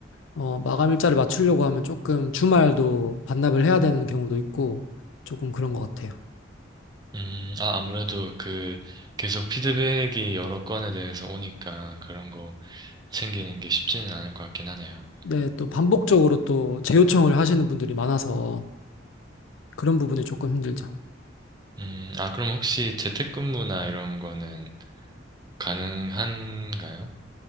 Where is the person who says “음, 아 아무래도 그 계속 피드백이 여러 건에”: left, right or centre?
Right